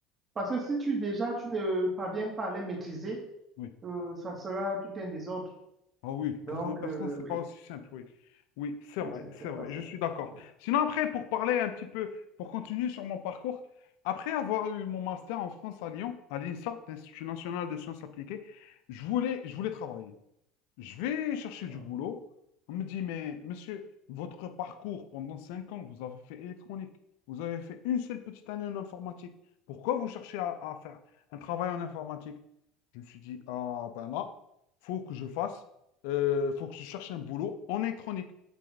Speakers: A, on the right; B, on the left.
A: Parce que si tu déjà, tu ne parviens pas à les maîtriser,
B: Oui.
A: euh, ça sera tout un désordre.
B: Ah oui,
A: Donc,
B: 80 personnes,
A: euh,
B: c'est
A: oui,
B: pas aussi simple, oui. Oui, c'est
A: oui,
B: vrai,
A: c'est
B: c'est
A: c'est
B: vrai,
A: pas ça.
B: je suis d'accord.
A: Oui,
B: Sinon, après, pour parler un petit peu, pour continuer sur mon parcours, après avoir eu mon master en France à Lyon, à l'INSA, l'Institut national de sciences appliquées, je voulais, je voulais travailler. Je vais chercher du
A: ah,
B: boulot. On me dit, mais monsieur, votre parcours pendant 5 ans, vous avez fait électronique, vous avez fait une seule petite année en informatique. Pourquoi vous cherchez à, à faire un travail en informatique? Je me suis dit, ah ben là, faut que je fasse, euh, faut que je cherche un boulot en électronique.